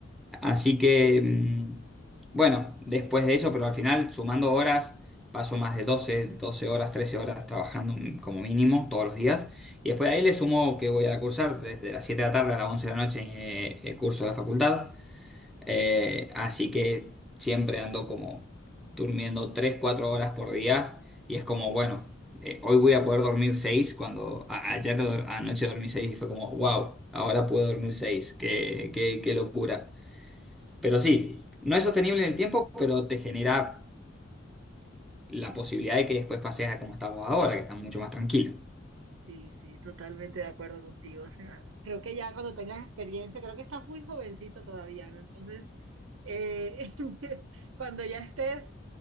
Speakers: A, in the centre; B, on the right (about 75°).
A: Así que, mm, bueno, después de eso, pero al final, sumando horas, paso más de doce 12 horas, 13 horas trabajando mm, como mínimo todos los días. Y después de ahí le sumo que voy a cursar desde las 7 de la tarde a las 11 de la noche eh, eh, curso de la facultad. Eh, así que siempre ando como durmiendo 3 4 horas por día. Y es como, bueno, eh, hoy voy a poder dormir 6 cuando a- ayer do- anoche dormí 6 y fue como, wow, ahora puedo dormir 6 qué, qué, qué locura. Pero sí, no es sostenible en el tiempo, pero te genera la posibilidad de que después pases a como estás vos ahora, que estás mucho más tranquilo.
B: Sí, sí, totalmente de acuerdo contigo. O sea, creo que ya cuando tengas experiencia, creo que estás muy jovencito todavía, ¿no? Entonces, eh, <laughs> cuando ya estés